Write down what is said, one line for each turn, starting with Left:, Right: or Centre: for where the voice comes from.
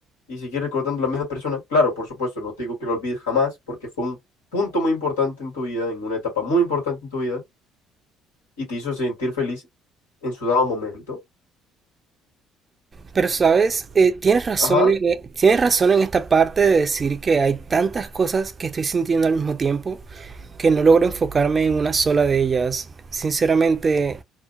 Left: y seguir recordando a la misma persona, claro, por supuesto, no te digo que lo olvides jamás, porque fue un punto muy importante en tu vida, en una etapa muy importante en tu vida, y te hizo sentir feliz en su dado momento.
Right: Pero sabes, Eh, tienes razón
Left: Ajá,
Right: en, eh, tienes razón en esta parte de decir que hay tantas cosas que estoy sintiendo al mismo tiempo que no logro enfocarme en una sola de ellas. Sinceramente,